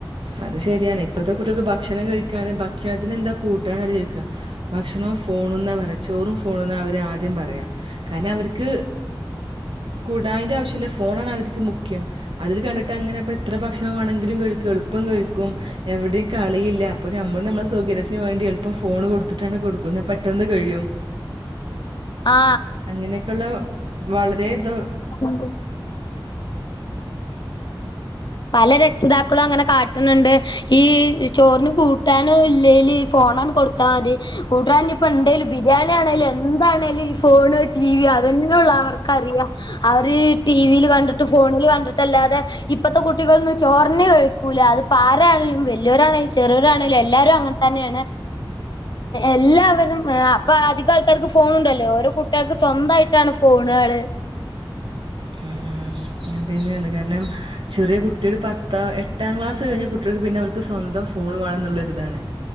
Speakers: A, on the right (about 85°); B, on the left (about 55°).
A: അത് ശരിയാണ് ഇപ്പഴ്ത്തെ കുട്ടികൾക്ക് ഭക്ഷണം കഴിക്കാന് ബാക്കി ഭക്ഷണത്തിന് എന്താ കൂട്ടാൻ അവര് ചോയിക്ക ഭക്ഷണവും ഫോണൂന്നാ പറയാ ചോറും ഫോണൂന്നാ അവര് ആദ്യം പറയാ കാരണം അവർക്ക്
B: ഉ
A: കുടായന്റെ ആവശ്യംമില്ല ഫോണ ആാണ് അവർക്ക് മുഖ്യം അതില് കണ്ടിട്ട് അങ്ങനെപ്പ എത്ര ഭക്ഷണ വണമെങ്കിലും കഴിക്കും എളുപ്പം കഴിക്കും എവിടെയും കളിയില്ല അപ്പൊ നമ്മള് നമ്മുടെ സൗകര്യത്തിന് വേണ്ടി എളുപ്പം ഫോണ് കൊടുത്തിട്ടാണ് കൊടുക്കുന്നത് പെട്ടെന്ന് കഴിയും
B: ആ
A: അങ്ങനെയൊക്കെയുള്ള വളരെതോ
B: അത് പല രക്ഷിതാക്കളും അങ്ങനെ കാട്ടുന്നുണ്ട് ഈ ചോറിന് കൂട്ടാനോ ഇല്ലേല് ഫോണണ് കൊടുത്താൽ മതി കൂട്ടാന്നപ്പോ എന്തേലും അാന ആണെും എന്താണേിലും ഈ ഫോണ് ടി വിിയോ അതന്നെ ഉള്ള അവർക്കറിയാം അവര് ടി വിയിൽ കണ്ടിട്ട് ഫോണിൽ കണ്ടിട്ടല്ലാതെ ഇപ്പത്തെട്ടികൊന്നും ചോഞ്ഞ കഴിക്കൂില്ല അപ്പ ആണങ്കിലും വലിയോരാണങ്കിലും ചെറിയരരാണങ്കിലും എല്ലാവരും അങ്ങനെ തന്നെ എല്ലും അ അോല്ലോ ഓരോ എന്തായിട്ടാണ് ഫോണുകള്
A: ഉ അങ്ങന തന്നെയ കാരണം ചെറിയ കുട്ടിയ ഒരു പത്ത എട്ടാം ക്ലാസ് കഴിഞ്ഞ കുട്ട പിന്നെ അവർക്ക് സ്വന്തം ഫോൺ വേണം എന്നുള്ളതാണ്